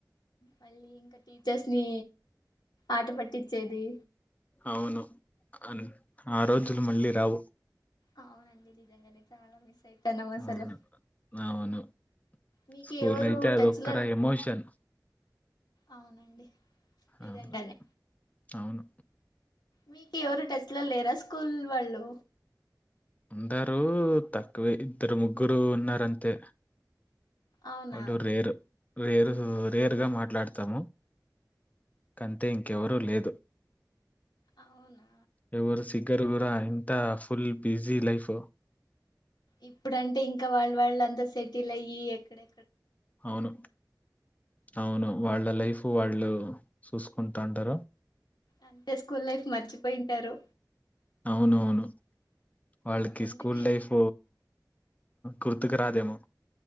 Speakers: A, on the left; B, on the left.
A: మళ్ళీ ఇంకా టీచర్స్ ని ఆట పట్టించేది.
B: అవును అను ఆ రోజులు మళ్ళీ రావు.
A: అవునండి ఇదంగానే చాలా మిస్ అయితాన్నాం అసలు
B: అవును అవును
A: మీకు
B: స్కూల్
A: ఎవరు
B: అయితే అదితార
A: టచ్ లో
B: ఎమోషన్
A: అవునండి నిజంగానే
B: అవును అవును
A: మీకు ఎవరు టెస్ట్లు లేరా స్కూల్ వాళ్ళు
B: ఉన్నారుా తక్కువే ఇద్దరు, ముగ్గురు ఉన్నారంతే.
A: అవునా
B: వాళ్ళు రేరు రేరు రేర్ గా మాట్లాడుతారు. ము కంతే ఇంకెవరూ లేదు.
A: అవునా
B: ఎవరు సిగ్గర్ గురా ఇంత ఫుల్ బిజీ లైఫ్
A: ఇప్పుడుంటే ఇంకా వాళ్ళ వాళ్ళ అంతా సెటిల్ అయ్యి ఎక్కడె
B: అవును అవును వాళ్ళ లైఫ్ వాళ్ వాు చూసుకుంటా అంటారు
A: అంటే స్కూల్ లైఫ్ మర్చిపోయింటారు.
B: అవునవును వాళ్ళకి
A: అందుకే
B: స్కూల్ లైఫ్ కుర్తుకు రాదేమో.